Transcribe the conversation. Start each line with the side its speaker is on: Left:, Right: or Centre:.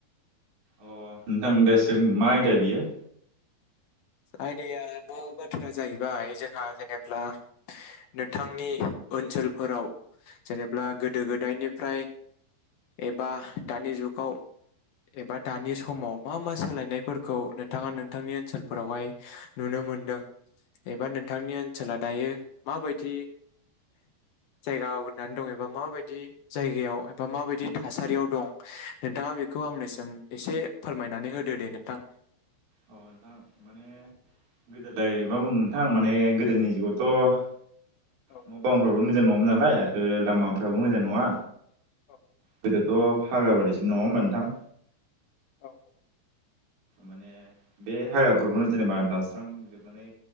Right: अ नोंथां दे सों मा आयदा बियो
Left: आयदायाबो बाथ्राया जाहैबाय जोंहा जेनेब्ला नोंथांनि ओनसोलफोराव जेनेब्ला गोदो गोदायनिफ्राय एबा दानि जुगाव एबा दानि समाव मा मा सोलायनायफोरखौ नोंथाङा नोंथांनि ओनसोल फोरावहाय नुनो मोनदों एबा नोंथांनि ओनसोला दायो माबायदि जायगा आवग्रिनानै दं एबा माबायदि जायगायाव एबा माबायदि थासारियाव दं नोंथाङा बेखौ आंनिसिम एसे फोरमायनानै होदो दे नोंथां।
Right: अ नोंथां माने गोदोलाय मा बुंनो नोंथां माने गोदोनि जुगावथ'
Left: औ
Right: न' बांफ्राबो मोजां नङामोन नालाय बिनिफ्राय आरो लामाफ्राबो मोजां नङा।
Left: औ
Right: गोदोथ' हाग्राबारिसो नङा होनबा नोंथां।
Left: औ।
Right: माने बे हाग्राफोरखौनो जेनेबा दानस्रांजोबनानै